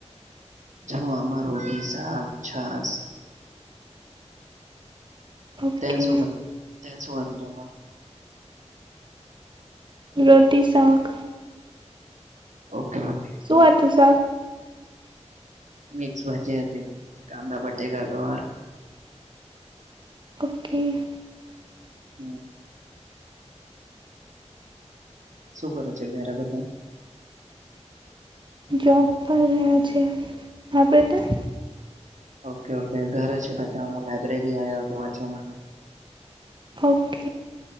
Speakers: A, on the right; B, on the right.
A: જમવામાં રોટી, શાક, છાસ.
B: ઓકે
A: તે સું ખા તે સું ખાધુ જમવાનું?
B: રોટી, સાક.
A: ઓકે. ઓકે
B: શું વા ત સા.
A: મિક્સ ભાજી હતી કાંદા બટેકાા ગવાર
B: ઓકે
A: હમ. શું કરો છે ઘરે બધા.
B: જોબ પર ગયા છે આપણેે ત્યાં.
A: ઓકે ઓકે ઘરે છે બધા હું લાયબ્રેરી આવ્યો હતો વાંચવા માટે.
B: ઓફ.